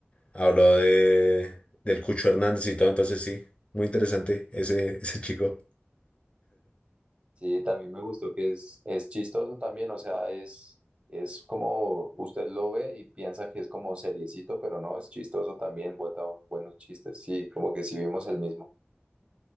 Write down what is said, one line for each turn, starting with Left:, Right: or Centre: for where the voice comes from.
Left: Habló de, del Cucho Hernández y todo, entonces sí, muy interesante ese, <laughs> ese chico.
Right: Sí, también me gustó que es, es chistoso también, o sea, es, es como usted lo ve y piensa que es como seriecito, pero no, es chistoso también, bota buenos chistes, sí, como que sí vimos el mismo.